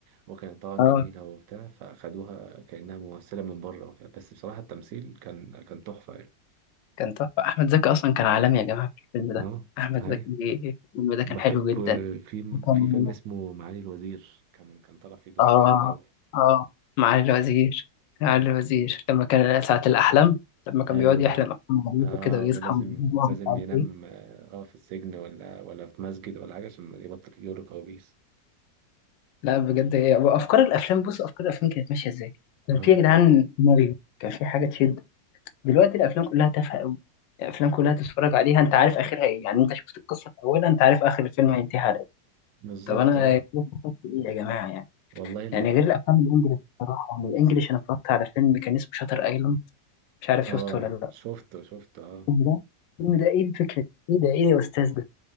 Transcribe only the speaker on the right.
وكانت طبعا
جميله وبتاع فاخدوها كانها ممثله من بره وكده بس بصراحه التمثيل كان كان تحفه يعني
اه
ايوه
وبحب
في
في فيلم اسمه معالي الوزير كان كان طالع فيه دور
جامد اوي
مم.
ايوه
اه
ولازم
لازم
ينام
اه آه، في السجن ولا ولا في مسجد ولا حاجه عشان يبطل يجيله كوابيس
اه
بالظبط
اه
والله
اه
شفته شفته اه